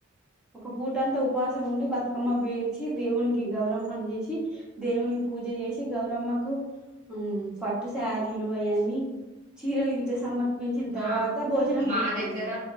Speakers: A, in the centre; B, on the right (about 35°).
A: ఒక పూటంతా ఉపవాస ఉండి బతుకమ్మ వేర్చి దేవునికి గౌరమ్మను చేసి దేవునికి పూజ చేసి గౌరమ్మకు హ్మ్ పట్టు శారీలు అవన్నీ చీరల గిట సమర్పించిన
B: మా
A: తర్వాత భోజనం
B: మా
A: చేస్తాం
B: దగ్గర
A: మేము